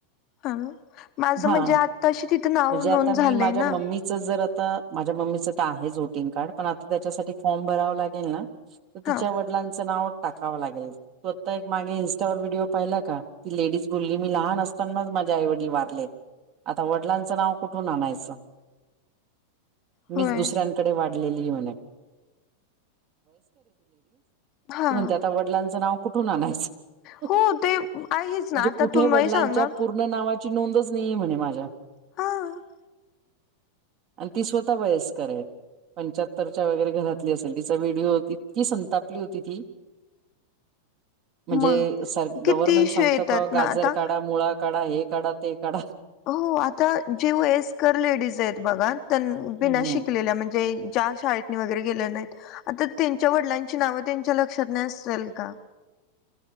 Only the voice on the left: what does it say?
हा माझं
म्हणजे आताशीक इथं नाव
नोंद
झालंय
ना
हा
होय
हा
हो
ते आहेच ना आता
तुम्ही
सांगा
ह
मग
किती
इश्यू
येतात
ना आता
हो आता जी वएस्कर लेडीज आहेत बघात बिना
शिकलेल्या म्हणजे ज्या शाळेत वगैरे केले नाहीत आता त्यांच्या वडिलांची नाव त्यांच्या लक्षात नाही अस का